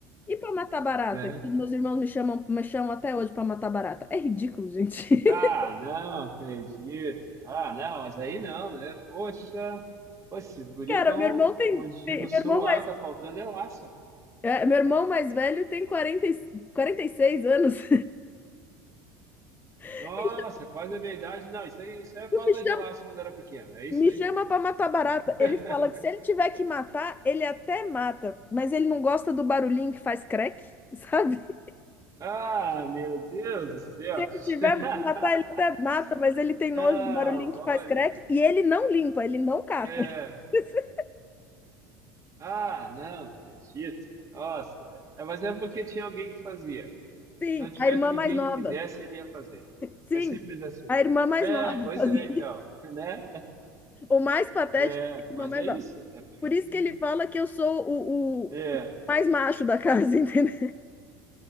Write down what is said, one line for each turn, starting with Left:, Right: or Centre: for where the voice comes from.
Left: E pra matar barata,
Right: Né?
Left: que meus irmãos me chamam, me chamam até hoje pra matar barata. É ridículo, gente. <laughs>
Right: Ah, não, acredito. Ah, não, mas aí não, né? Poxa, poxa, esses guris
Left: Cara,
Right: estão,
Left: meu irmão tem,
Right: como a gente diz
Left: tem-
Right: no
Left: meu
Right: sul
Left: irmão
Right: lá,
Left: mais,
Right: tá faltando é laço.
Left: é, meu irmão mais velho tem quarenta e- 46 anos. <laughs>
Right: Nossa, quase a minha idade. Não, isso aí, isso aí é falta
Left: Me chama,
Right: de laço quando era pequeno. É isso
Left: me
Right: aí.
Left: chama para matar barata. Ele
Right: <laughs>
Left: fala que se ele tiver que matar, ele até mata, mas ele não gosta do barulhinho que faz crack, sabe? <laughs>
Right: Ah, meu Deus do céu.
Left: Se ele tiver
Right: <laughs>
Left: que matar, ele até mata, mas ele tem nojo
Right: Não,
Left: do barulhinho
Right: olha.
Left: que faz crack e ele não limpa, ele não cata.
Right: É.
Left: <laughs>
Right: Ah, não, acredito. Nossa, é, mas é porque tinha alguém que fazia.
Left: Sim,
Right: Se não tivesse
Left: a irmã
Right: ninguém
Left: mais nova.
Right: que fizesse, ele ia fazer.
Left: Sim,
Right: É simples assim.
Left: a irmã mais
Right: É,
Left: nova.
Right: pois
Left: <laughs> fazia.
Right: é, então, <laughs> né?
Left: O mais patético
Right: É,
Left: é a irmã
Right: mas
Left: mais
Right: é
Left: nova.
Right: isso. É por
Left: Por
Right: isso
Left: isso
Right: que.
Left: que ele fala que eu sou o,
Right: É.
Left: o
Right: <laughs>
Left: mais macho da casa, <laughs> entendeu?